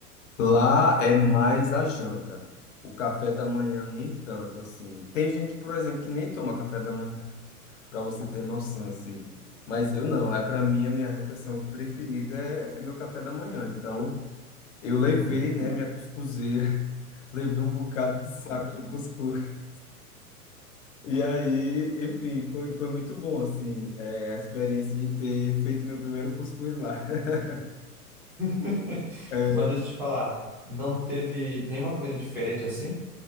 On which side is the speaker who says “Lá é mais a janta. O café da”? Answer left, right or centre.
Left